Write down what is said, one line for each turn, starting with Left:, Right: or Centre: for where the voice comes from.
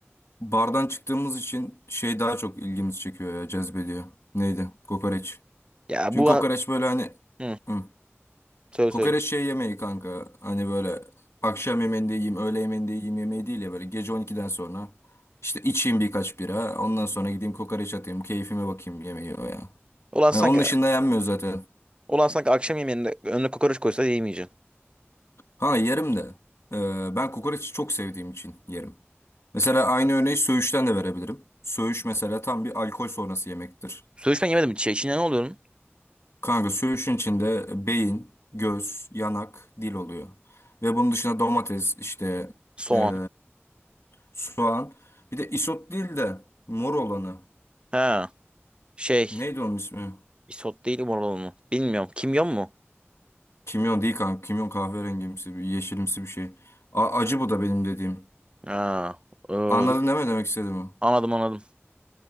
Left: bardan çıktığımız için şey daha çok ilgimizi çekiyor ya cezbediyor. Neydi? Kokoreç.
Right: Ya
Left: Çünkü
Right: bu
Left: kokoreç
Right: an-
Left: böyle hani
Right: Hı,
Left: hı,
Right: söyle
Left: kokoreç
Right: söyle.
Left: şey yemeği kanka. Hani böyle akşam yemeğinde yiyeyim, öğle yemeğinde yiyeyim yemeği değil ya böyle gece on iki'den sonra işte içeyim birkaç bira, ondan sonra gideyim kokoreç atayım, keyfime bakayım yemeği o ya.
Right: Ulan
Left: Hani
Right: sanki
Left: onun dışında yenmiyor zaten.
Right: ulan sanki akşam yemeğinde önüne kokoreç koysa yemeyeceksin.
Left: Ha yerim de. e, ben kokoreçi çok sevdiğim için yerim. Mesela aynı örneği söğüşten de verebilirim. Söğüş mesela tam bir alkol sonrası yemektir.
Right: Söğüş ben yemedim. Şey, içinde ne oluyor?
Left: Kanka söğüşün içinde beyin, göz, yanak, dil oluyor. Ve bunun dışında domates, işte
Right: Soğan.
Left: eee, soğan. Bir de isot değil de mor olanı.
Right: Ha. Şey.
Left: Neydi onun ismi?
Right: Isot değil umurlu mu? Bilmiyorum. Kimyon mu?
Left: Kimyon değil kanka. Kimyon kahverengimsi, bir yeşilimsi bir şey. A- acı bu da benim dediğim.
Right: Ha. ee,
Left: Anladın değil mi demek istediğimi?
Right: anladım anladım.